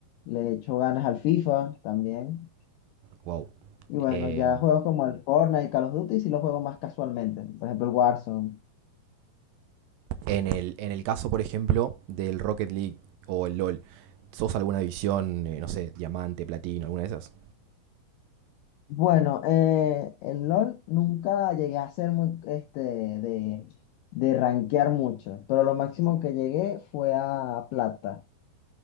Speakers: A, on the left; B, on the right.
A: le echo ganas al FIFA, también.
B: Wow.
A: Y bueno,
B: Eh,
A: ya juegos como el Fortnite y Call of Duty sí los juego más casualmente. Por ejemplo, el Warzone.
B: en el, en el caso, por ejemplo, del Rocket League o el LOL, ¿sos alguna división, eh, no sé, diamante, platino, alguna de esas?
A: Bueno, eh, el LOL nunca llegué a ser muy, este, de, de rankear mucho, pero lo máximo que llegué fue a plata.